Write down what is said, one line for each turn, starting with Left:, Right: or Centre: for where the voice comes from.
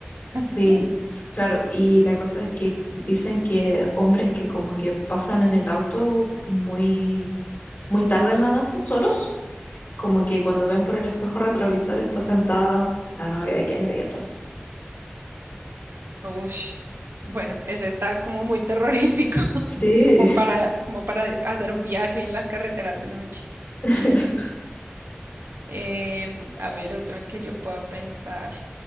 Left: Sí,
Right: <laughs>
Left: claro, y la cosa es que dicen que hombres que como que pasan en el auto muy, muy tarde en la noche, solos, como que cuando ven por el espejo retrovisor está sentada la novia de Kennedy atrás.
Right: Ush. Bueno, ese está como muy terrorífico, <laughs>
Left: Sí,
Right: como para, como para hacer un viaje en las carreteras de noche.
Left: <laughs>
Right: Em, a ver, otro en que yo pueda pensar.